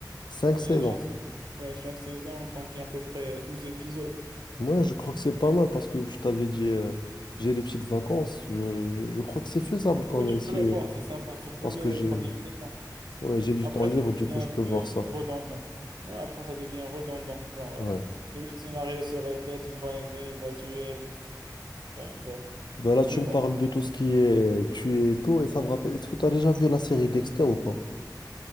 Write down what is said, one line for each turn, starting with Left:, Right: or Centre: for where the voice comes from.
Left: Cinq
Right: Et
Left: saisons.
Right: chaque saison, ouais, chaque saison contient à peu près 12 épisodes.
Left: Moi, je crois que c'est pas mal parce que je t'avais dit, euh, j'ai des petites vacances. Je, je- je crois que c'est faisable quand
Right: Ouais,
Left: même
Right: tu peux
Left: si,
Right: la voir, c'est sympa, surtout
Left: parce
Right: les
Left: que j'ai
Right: premières saisons.
Left: ouais, j'ai du
Right: Après,
Left: temps libre,
Right: ça
Left: du
Right: devient
Left: coup,
Right: un
Left: je peux voir
Right: peu
Left: ça.
Right: redondant. Ouais, après, ça devient redondant. Genre,
Left: Ouais.
Right: euh, le même scénario se répète, il va aimer, il va tuer. Pff, ben, bof.
Left: Bah là, tu
Right: Mais
Left: me
Right: bon.
Left: parles de tout ce qui est tuer et tout, et ça me rappelle. Est-ce que tu as déjà vu la série Dexter ou pas?